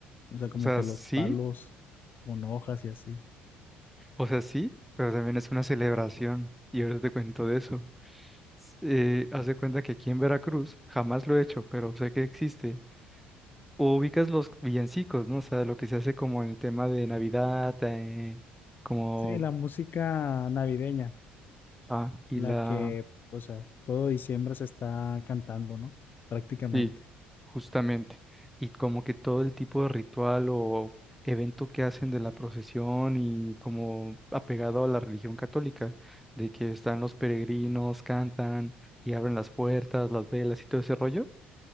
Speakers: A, on the left; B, in the centre.
A: O sea, como
B: O sea,
A: que
B: sí,
A: los palos con hojas y así.
B: o sea, sí, pero también es una celebración y ahorita te cuento de eso. S- Eh, haz de cuenta que aquí en Veracruz jamás lo he hecho, pero sé que existe O ubicas los villancicos, ¿no? O sea, lo que se hace como en el tema de Navidad, eh, como,
A: Sí, la música navideña,
B: ah, y
A: la
B: la,
A: que, o sea, todo diciembre se está cantando, ¿no? Prácticamente.
B: sí, justamente, y como que todo el tipo de ritual o evento que hacen de la procesión y como apegado a la religión católica, de que están los peregrinos, cantan y abren las puertas, las velas y todo ese rollo.